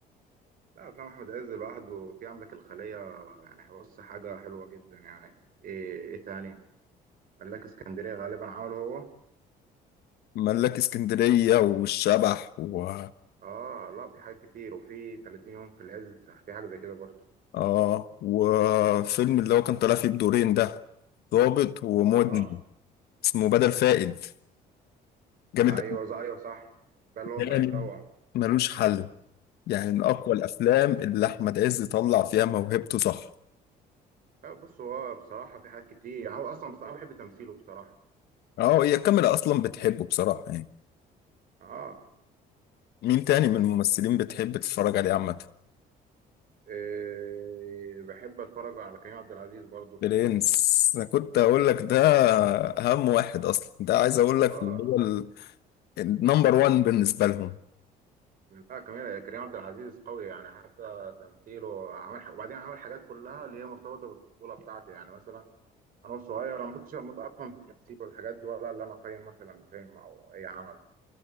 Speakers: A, on the right; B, on the left.
A: لا افلام احمد عز لوحده في عندك الخليه يعني بص حاجه حلوه جدا يعني ايه ايه تاني ملاك اسكندريه غالبا عمله هو
B: ملاك اسكندريه والشبح و
A: اه لا في حاجات كتير وفي 30 يوم في العز في حاجه زي كده برضه
B: اه وفيلم اللي هو كان طالع فيه بدورين ده ضابط ومدمن
A: اه
B: اسمه بدل فائد جامد
A: ايوه ز- ايوه صح ده اللي هو
B: يعني
A: بتاع التوأم
B: ملوش حل يعني من اقوى
A: اه
B: الافلام اللي احمد عز طلع فيها موهبته صح
A: لا بص هو بصراحه في حاجات كتير هو اصلا بس انا بحب تمثيله بصراحه
B: اه هي الكاميرا اصلا بتحبه بصراحه يعني
A: اه
B: مين تاني من الممثلين بتحب تتفرج عليه عامه
A: إيه بحب اتفرج على كريم عبد العزيز برضو
B: برنس انا كنت اقول لك ده اهم واحد اصلا ده عايز اقول لك
A: اه
B: اللي هو النمبر وان بالنسبه لهم
A: لا كريم كريم عبد العزيز قوي يعني حتى تمثيله عمل ح- وبعدين عمل حاجات كلها اللي هي مرتبطه بالطفوله بتاعتي يعني مثلا انا صغير انا ما كنتش افهم في التمثيل والحاجات دي ولا اللي انا اقيم مثلا فيلم او اي عمل